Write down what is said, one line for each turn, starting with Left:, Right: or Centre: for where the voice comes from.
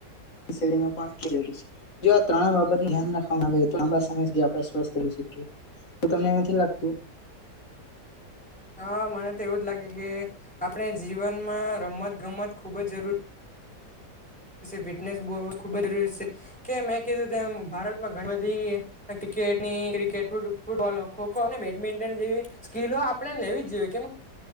Left: શેલી માં પણ એ જરૂર છે જો આ ત્રણેય બાબત ધ્યાન રાખવામાં આવે તો લાંબા સમયથી આપડે સ્વસ્થ રહી શકીએ તો તમને નથી લાગતું
Centre: હા મને તો એવું જ લાગે કે આપણે જીવનમાં રમત ગમત ખુબ જ જરૂર ફિટનેસ બ ખુબ જ છે કે મેં કીધું તેમ ભારતમાં ઘણી બધી ક્રિકેટની ક્રિકેટ ફૂટબોલ ખોખો બેડમિન્ટન જેવી સ્કીિલો આપણે લેવી જ જોઈએ કેમ